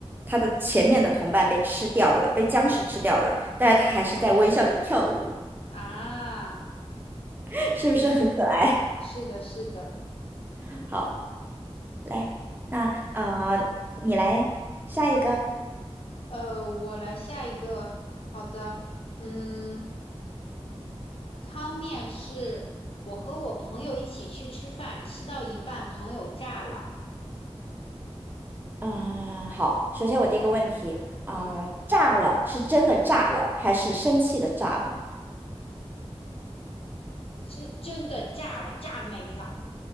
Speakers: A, on the right; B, on the left.
A: 它的前面的同伴被吃掉了，被僵尸吃掉了，但是它还是在微笑着跳舞，
B: 啊，
A: <laughs> 是不是很可爱？
B: 确实，是的，是的。
A: <laughs> 好，来，那啊、呃你来下一个。
B: 呃，我来下一个，好的，嗯，汤面是我和我朋友一起去吃饭，吃到一半，朋友炸了，
A: 啊，好，首先我第一个问题啊、
B: 嗯，
A: 呃炸了是真的炸了，还是生气的炸了？
B: 是真的炸了，炸没了，